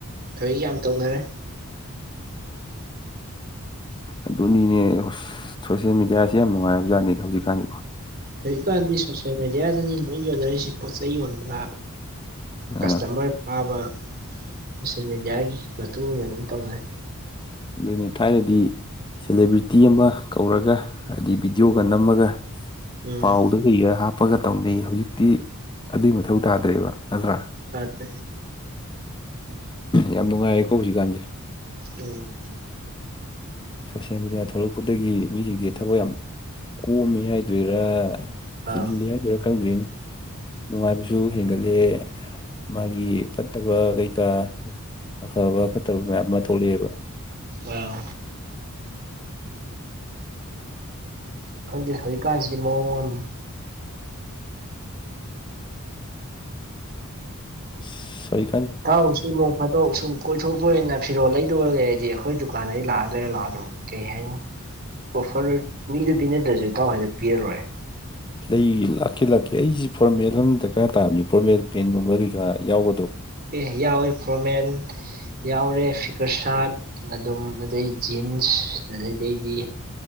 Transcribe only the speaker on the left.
ꯑꯗꯨꯅꯤꯅꯦ ꯁꯣꯁꯦꯜ ꯃꯦꯗꯤꯌꯥꯁꯤ ꯌꯥꯝ ꯅꯨꯡꯉꯥꯏꯔꯕꯖꯠꯅꯤꯗ ꯍꯧꯖꯤꯛꯀꯥꯟꯁꯦꯀꯣ
ꯑ
ꯑꯗꯨꯅꯦ ꯊꯥꯏꯅꯗꯤ ꯁꯦꯂꯦꯕ꯭ꯔꯤꯇꯤ ꯑꯃ ꯀꯧꯔꯒ ꯍꯥꯏꯗꯤ ꯚꯤꯗꯤꯑꯣꯒ ꯅꯝꯃꯒ
ꯄꯥꯎꯗ ꯀꯩꯒ ꯍꯥꯞꯄꯒ ꯇꯝꯅꯩ ꯍꯧꯖꯤꯛꯇꯤ ꯑꯗꯨꯏ ꯃꯊꯧ ꯇꯥꯗ꯭ꯔꯦꯕ ꯅꯠꯇ꯭ꯔꯥ
ꯌꯥꯝ ꯅꯨꯡꯉꯥꯏꯔꯦꯀꯣ ꯍꯧꯖꯤꯛꯀꯥꯟꯁꯦ
ꯁꯣꯁꯦꯜ ꯃꯦꯗꯤꯌꯥ ꯊꯣꯛꯂꯛꯄꯗꯒꯤ ꯃꯤꯁꯤꯡꯁꯦ ꯊꯕꯛ ꯌꯥꯝ ꯀꯣꯑꯝꯃꯦ ꯍꯥꯏꯗꯣꯏꯔꯥ ꯆꯤꯜꯂꯤ
ꯍꯥꯏꯗꯣꯏꯔ ꯈꯥꯪꯗ꯭ꯔꯦꯅꯦ ꯅꯨꯡꯉꯥꯏꯕꯁꯨ ꯍꯦꯟꯒꯠꯂꯦ ꯃꯥꯒꯤ ꯐꯠꯇꯕ ꯀꯩꯀꯥ ꯑꯐꯕ ꯐꯠꯇꯕ ꯃꯌꯥꯝ ꯑꯃ ꯊꯣꯛꯂꯛꯑꯦꯕ
ꯁꯤ ꯑꯩ
ꯂꯩ ꯂꯥꯛꯀꯦ ꯂꯥꯛꯀꯦ ꯑꯩꯁꯤ ꯐꯣꯔꯃꯦꯜ ꯑꯃ ꯗꯔꯀꯥꯔ ꯇꯥꯕꯅꯤ ꯐꯣꯔꯃꯦꯜ ꯄꯦꯟꯒꯨꯝꯕ ꯀꯩꯀꯥ ꯌꯥꯎꯒꯗ꯭ꯔꯣ